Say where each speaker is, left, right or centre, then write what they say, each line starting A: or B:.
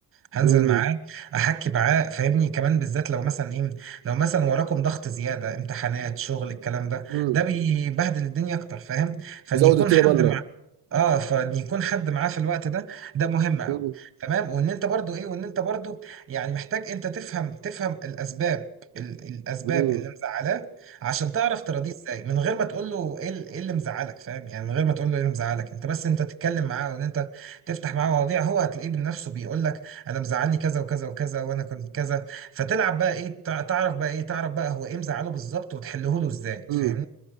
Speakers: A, on the right (about 30°); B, on the right (about 75°).
A: هنزل
B: امم
A: معاه احكي معاه فاهمني كمان بالذات لو مثلا ايه لو مثلا وراكم ضغط زياده امتحانات شغل الكلام ده
B: امم
A: ده بيبهدل الدنيا اكتر فاهم فان
B: يزود
A: يكون
B: التيرة
A: حد
B: بلة
A: مع اه فان يكون حد معاه في الوقت ده ده مهم قوي
B: امم
A: تمام وان انت برضو ايه وان انت برضو يعني محتاج انت تفهم تفهم الاسباب ال- الاسباب
B: امم
A: اللي مزعلاه عشان تعرف تراضيه ازاي من غير ما تقول له ايه ال- إيه اللي مزعلك فاهم يعني من غير ما تقول له ايه اللي مزعلك انت بس انت تتكلم معاه وان انت تفتح معاه مواضيع هو هتلاقيه بنفسه بيقول لك انا مزعلني كذا وكذا وكذا وانا كنت كذا فتلعب بقى ايه تع- تعرف بقى ايه تعرف بقى هو ايه مزعله بالظبط وتحله له ازاي
B: امم
A: فاهمني